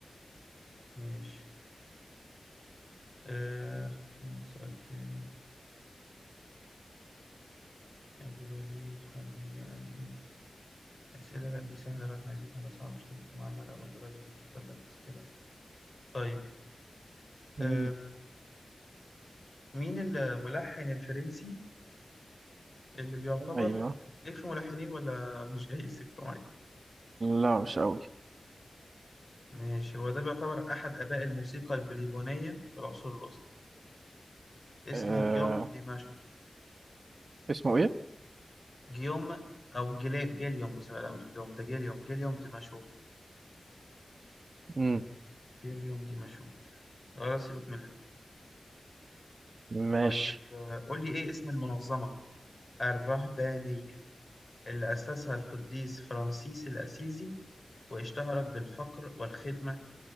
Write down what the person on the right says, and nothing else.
مم.
أيوة
لا مش أوي
أه...
اسمه إيه؟
مم.
ماشي